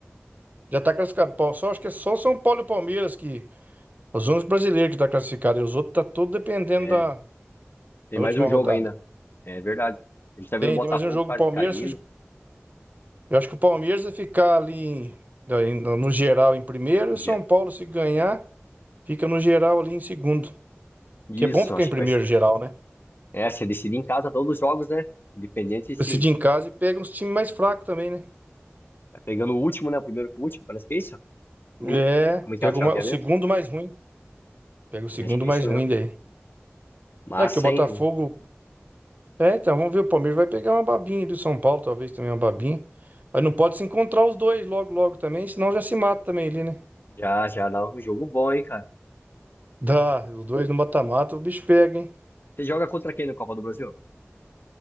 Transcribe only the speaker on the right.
Já tá classificado. Pô, Só acho que é só São Paulo e Palmeiras que os únicos brasileiros que tá classificado, e os outros tá tudo dependendo
da,
da
última
rodada.
Tem,
tem mais um jogo
Palmeiras.
Eu acho que o Palmeiras vai ficar ali em- em- no geral em primeiro,
e o
São Paulo se ganhar fica no geral ali em segundo.
Que é bom ficar
em primeiro
geral, né?
Decide em casa e pega uns times mais fracos também, né?
É,
pega
o ma- o segundo mais ruim. Pega o segundo
mais
ruim
daí.
É que o
Botafogo. É, então, vamos ver. O Palmeiras vai pegar uma babinha do São Paulo, talvez também uma babinha. Mas não pode se encontrar os dois logo, logo também, senão já se mata também ali, né?
Dá, os dois no mata-mata, o bicho pega, hein?